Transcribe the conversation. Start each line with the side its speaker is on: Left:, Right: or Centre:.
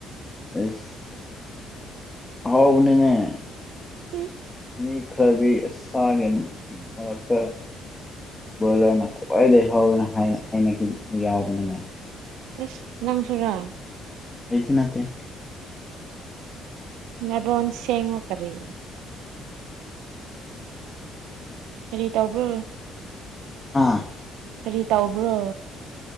Left: ꯑꯁ ꯑꯍꯥꯎꯕꯅꯤꯅꯦ
Right: <unintelligible>
Left: ꯃꯤ ꯈꯔꯗꯤ ꯑꯁ ꯁꯥꯒꯤ ꯃꯔꯛꯇ ꯕꯣꯏꯂꯔꯅ ꯈ꯭ꯋꯥꯏꯗꯒꯤ ꯍꯥꯎꯋꯦꯅ ꯍꯥꯏꯅ ꯍꯥꯏꯅꯈꯤ ꯌꯥꯎꯕꯅꯤꯅꯦ
Right: ꯑꯦꯁ ꯅꯪꯁꯨꯨꯔꯥ
Left: ꯑꯩꯗꯤ ꯅꯠꯇꯦ
Right: ꯅꯔꯣꯟ ꯁꯦꯡꯉꯣ ꯀꯔꯤ ꯀꯔꯤ ꯇꯧꯕ꯭ꯔꯣ
Left: ꯍꯥ
Right: ꯀꯔꯤ ꯇꯧꯕ꯭ꯔꯣ